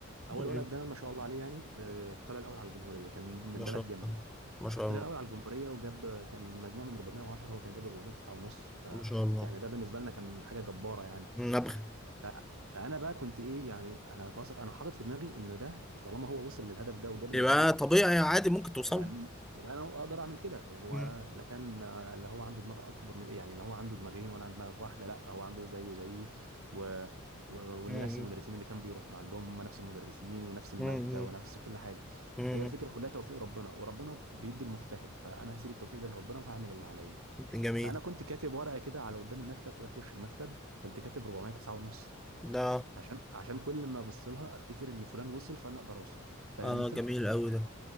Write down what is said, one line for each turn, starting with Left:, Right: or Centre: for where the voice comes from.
Right: اول
Centre: م- م-
Right: ولد ده ما شاء الله عليه يعني آه، طلع الاول على الجمهوريه كان من
Centre: ما
Right: بلد
Centre: شاء
Right: جنبي
Centre: الله ما شاء
Right: طلع
Centre: الله
Right: الاول على الجمهوريه وجاب كان مجموع من 410 هو كان جاب 409 ونص ف
Centre: ما شاء الله
Right: يعني ده بالنسبه لنا كان حاجه جباره يعني
Centre: نبغى
Right: ف... فانا بقى كنت ايه يعني انا بص انا حاطط في دماغي ان ده طالما هو وصل للهدف ده وجاب المجموع
Centre: يبقى
Right: ده
Centre: طبيعي عادي ممكن توصل
Right: يبقى يبقى انا اقدر اعمل كده يعني هو
Centre: م-
Right: لا كان اللي هو عنده دماغ اكبر من يعني اللي هو عنده دماغين وانا عندي دماغ واحده لا هو عنده زيه زيي و... و... والنفس
Centre: م-
Right: المدرسين اللي كان بيروحهم عندهم هم نفس المدرسين ونفس الماده
Centre: م- م-
Right: ونفس كل حاجه
Centre: م-
Right: هي الفكره كلها توفيق ربنا وربنا بيدي المجتهد فانا هسيب التوفيق ده لربنا وهعمل اللي عليا
Centre: م. جميل
Right: فانا كنت كاتب ورقه كده على قدام المكتب كده في وش المكتب كنت كاتب 409 ونص
Centre: ده
Right: عشان عشان كل ما ابص لها افتكر ان فلان وصل فانا اقدر اوصل فاهم
Centre: اه
Right: انت
Centre: جميل قوي ده